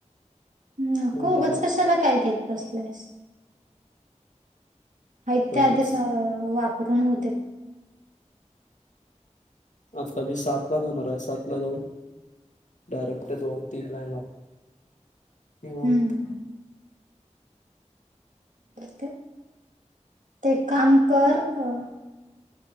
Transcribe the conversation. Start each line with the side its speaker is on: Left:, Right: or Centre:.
Right: नको
Left: नाहीतर
Right: उगंच
Left: नाही
Right: कशाला काय घेत बसलायस. हायत
Left: तेवढंच
Right: ते आधी वापरून हू देत.
Left: आता मी सात ला जाणाराय, सात ला जाऊन डायरेक्ट दोन, तीन ला येणारं निवांत.
Right: हम्म ते एक काम कर अं